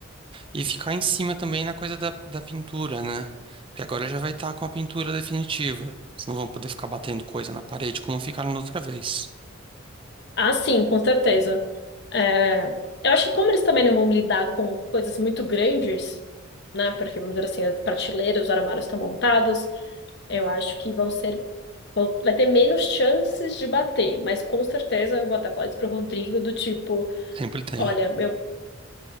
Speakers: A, on the right; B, on the left.
A: E ficar em cima também na coisa da, da pintura, né? Porque agora já vai estar com a pintura definitiva. Vocês não vão poder ficar batendo coisa na parede como ficaram da outra vez.
B: Ah, sim, com certeza. É, eu acho que como eles também não vão lidar com coisas muito grandes, né? Porque, vamos dizer assim, as prateleiras, os armários estão montados, eu acho que vão ser, vão- vai ter menos chances de bater. Mas com certeza eu vou até falar isso pro Rodrigo, do tipo,
A: Sempre tem.
B: olha, eu,